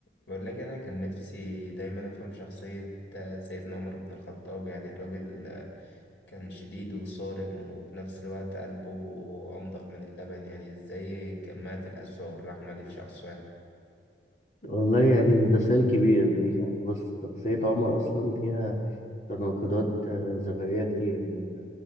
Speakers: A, on the left; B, on the left.
A: بقول لك انا كان نفسي دايما افهم شخصية آه، سيدنا عمر بن الخطاب يعني الراجل آه، كان شديد وصارم وفي نفس الوقت قلبه انضف من اللبن يعني ازاي جمعت القسوة والرحمة دي في شخص واحد
B: والله يعني ده سؤال كبير يا زميلي يعني بص شخصية عمر أصلا فيها تناقضات آه، ظاهرية كتير يعني لو